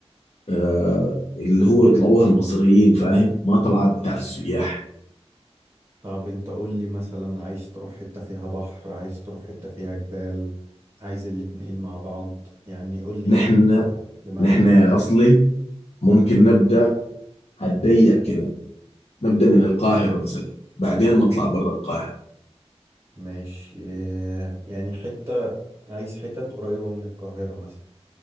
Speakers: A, on the left; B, on the right.
A: آه، اللي هو يطلعوها المصريين فاهم ما طلعات بتاع السياح
B: طب انت قول لي مثلا عايز تروح حتة فيها بحر عايز تروح حتة فيها جبال عايز الاتنين مع بعض يعني قول لي
A: نحن
B: كده أنت دماغك
A: نحن يا
B: رايحة
A: اصلي
B: فين
A: ممكن نبدا هتضيق كده نبدا من القاهره مثلا بعدين نطلع برا القاهره
B: ماشي يعني حتة عايز حتت قريبة من القاهرة مثلا